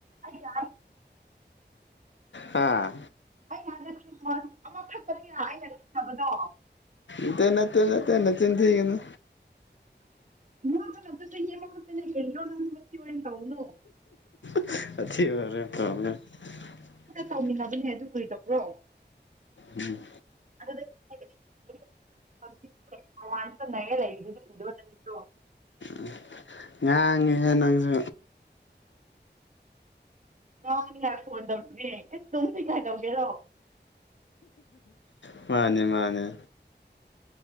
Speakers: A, on the right; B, on the left.
A: ꯑꯩꯅꯦ
B: ꯍꯥ
A: ꯑꯩ ꯑꯃ ꯊꯛꯄꯅꯤꯅ ꯑꯩꯅ ꯈꯕꯗꯣ
B: ꯏꯇꯅ ꯇ ꯇꯟꯅ ꯆꯤꯟꯊꯅꯤ
A: ꯃ ꯑꯗꯨ ꯅ ꯑꯗꯨ ꯆ ꯃꯥꯦꯅꯦ ꯦꯟ꯭ꯔꯣꯅꯪ ꯋꯥ ꯇꯧꯕꯗꯨ
B: ꯎ <unintelligible>
A: ꯇꯧꯃꯤꯟꯅꯕꯅꯦ ꯑꯗꯨ ꯀꯩꯗꯧꯕꯔꯣ
B: ꯎꯝ
A: ꯑꯟꯁꯔ ꯏ ꯎꯗꯕ <unintelligible>
B: ꯎ ꯉꯥꯡꯉꯤꯍꯦ ꯅꯪꯁꯨ
A: ꯅꯍꯥꯛ ꯐꯣꯟ ꯇꯧꯔꯤꯅꯦ ꯅꯝꯗꯤ ꯀꯥꯏ ꯇꯧꯒꯦꯔꯣ
B: ꯎ ꯃꯥꯅꯦ ꯃꯥꯅꯦ